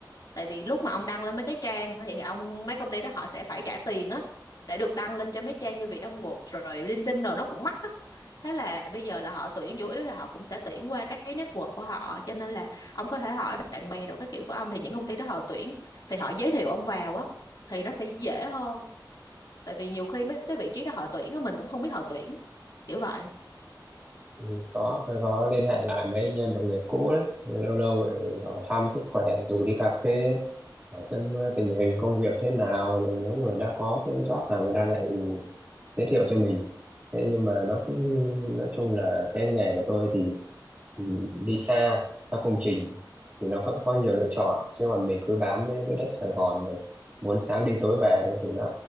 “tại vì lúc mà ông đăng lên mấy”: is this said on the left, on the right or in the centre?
Left